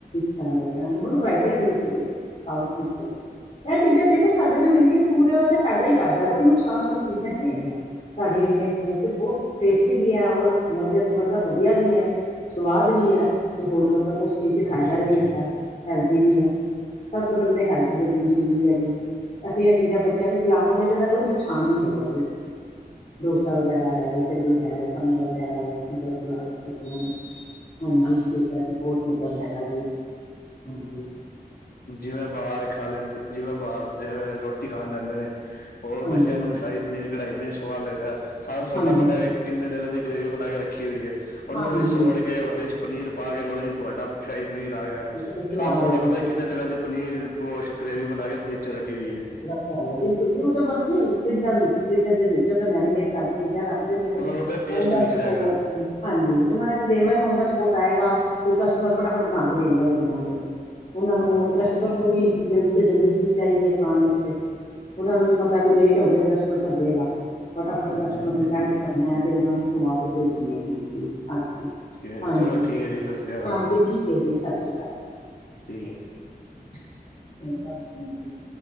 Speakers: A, on the left; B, on the left.
A: ਸਬ ਵਰਾਇਟੀ ਆਖ ਸਾਊਥ ਵਿੱਚ ਇਹ ਚੀਜ਼ਾਂ ਦੇਖੋ ਸਾਡਾ ਜੋ ਇੰਡੀਅਨ ਫੂਡ ਹੈ। ਉਹਦਾ ਫਾਇਦਾ ਹੀ ਫਾਇਦਾ ਕੋਈ ਨੁਕਸਾਨ ਵਾਲੀ ਚੀਜ਼ਾਂ ਨਹੀਂ ਹੈਗੀਆਂ। ਸਾਡੇ ਇੰਡੀਅਨ ਫੂਡ ਚ ਬਹੁਤ ਟੇਸਟੀ ਵੀ ਹੈ ਔਰ ਮਤਲਬ ਵਧੀਆ ਵੀ ਹੈ। ਸਵਾਦ ਵੀ ਹੈ ਤੇ ਹੋਰ ਮਤਲਬ ਉਸ।
B: ਹਾਂਜੀ
A: ਫਾਇਦਾ
B: ਹਾਂਜੀ
A: ਵੀ ਹੈਗਾ ਹੈਲਦੀ ਵੀ ਹੈ ਸਭ ਤੋਂ ਪਹਿਲਾਂ ਤਾਂ ਹੈਲਥ ਵਿੱਚ। ਬੜੀ ਜ਼ਰੂਰੀ ਹੈ ਜੀ ਅਸੀਂ ਇਹ ਚੀਜ਼ਾਂ ਬੱਚਿਆਂ ਨੂੰ ਖਿਲਾਵਾਂਗੇ ਤੇ ਉਹਦਾ ਕੋਈ ਨੁਕਸਾਨ ਨੀ ਹੋਏਗਾ ਜੀ। ਡੋਸਾ ਵਗੈਰਾ ਹੈ ਇਡਲੀ ਹੈ ਸਾਂਬਰ ਹੈ ਇਹ ਚੀਜਾਂ ਖਿਲਾਓ ਬੱਚਿਆਂ ਨੂ। ਹਾਂਜੀ ਇਸ ਚੀਜਾਂ ਚ ਬਹੁਤ ਮਤਲਬ ਹੈਗਾ ਜੀ ਹਾਂਜੀ।
B: ਜਿਵੇਂ ਬਾਹਰ ਖਾ ਲੈਂਦੇ ਜਿਵੇਂ ਬਾਹਰ ਜਿਵੇਂ ਰੋਟੀ ਖਾਣ ਜਾਂਦੇ ਨੇ। ਉਹ
A: ਹਾਂਜੀ,
B: ਬੱਚਿਆਂ ਨੂੰ ਸ਼ਾਹੀ ਪਨੀਰ ਕੜਾਈ ਪਨੀਰ ਸਵਾਦ ਲੱਗਦਾ। ਸਾਨੂੰ
A: ਹਾਂਜੀ,
B: ਥੋੜਾ ਪਤਾ ਕਿੰਨੇ ਦਿਨਾਂ ਦੀ ਗ੍ਰੇਵੀ ਬਣਾ ਕੇ ਰੱਖੀ ਹੋਈ ਉਹਨੂੰ
A: ਹਾਂਜੀ,
B: ਵੀ ਸੋੜ। ਉਹਦੇ ਚ ਪਨੀਰ ਪਾ ਕੇ ਲੋਓ ਜੀ ਤੁਹਾਡਾ ਸ਼ਾਹੀ ਪਨੀਰ ਆ ਗਿਆ।
A: ਤਿਆਰ
B: ਸਾਨੁ ਥੋੜ
A: ਹੋ
B: ਨਾ
A: ਜੀ
B: ਪਤਾ
A: ਬਿਲਕੁਲ।
B: ਕਿੰਨੇ ਦਿਨਾਂ ਦੀ ਪਨੀਰ ਗ੍ਰੇਵੀ ਬਣਾ ਕੇ ਫਰਿਜ ਚ ਰੱਖੀ ਹੋਈ ਹੈ
A: ਲੱਗਦਾ ਬਿਲਕੁਲ ਜੀ ਉਹ ਤਾਂ ਬੱਸੇ ਫਿਜਾਂ ਫਿਜਰ ਦੇ ਵਿੱਚ ਉਹ ਤਾਂ ਮੈਰੀਨੇਟ ਕਰਕੇ। <inaudible> ਚੀਜ਼ਾਂ ਰੱਖ ਦਿੰਦੇ ਨੇ
B: ਉਹਨਾਂ ਨੂੰ ਤਾਂ ਟੇਸਟ
A: ਉਹ ਨ
B: ਵਿਖਦਾ
A: ਸਪੋਟ
B: ਹੈਗਾ
A: ਹਾਂਜੀ ਉਹਨਾਂ ਨੇ ਤੇ ਦੇਖਣਾ ਵੀ ਓਹਨਾ ਨੇ ਦੇਖਣਾ ਸਪੋਰਟ ਆਏਗਾ ਕਸਟਮਰ ਫਟਾਫਟ ਬਣਾਾਂਗੇ ਦੇਣ ਵਾਲੇ ਬਣੋਗੇ ਉਹਨਾਂ ਨੂੰ
B: ਹਾਂਜੀ
A: ਕਸਟਮਰ
B: ਹਾਂਜੀ
A: ਨੂੰ ਵੀ ਜਲਦੀ ਤੋਂ ਜਲਦੀ ਚੀਜ਼ ਚਾਹੀਦੀ ਹੈ ਖਾਣ ਵਾਸਤੇ। ਉਹਨਾਂ ਨੂੰ ਵੀ ਪਤਾ ਵੀ ਲੇਟ ਹੋ ਗਏ ਤੇ ਕਸਟਮਰ ਭੱਜੇਗਾ ਫਟਾਫਟ
B: ਹਾਂਜੀ
A: ਕਸਟਮਰ
B: ਹਾਂਜੀ
A: ਨੁ ਅਟੈੰਡ ਕਰਨੇ ਹਾ ਤੇ ਉਹਨਾਂ ਨੂੰ ਖਵਾ ਕੇ ਭੇਜਣੀ ਹੈ ਚੀਜ਼ ਹਾਂਜੀ
B: ਠੀਕ ਹੈ,
A: ਹਾਂਜੀ
B: ਚਲੋ ਠੀਕ ਹੈ ਜੀ ਸਤਿ ਸ੍ਰੀ ਅਕਾਲ
A: ਹਾਂਜੀ ਠੀਕ ਹੈ ਜੀ ਸਤਿ ਸ੍ਰੀ ਅਕਾਲ
B: ਠੀਕ ਹੈ
A: ਚ <inaudible>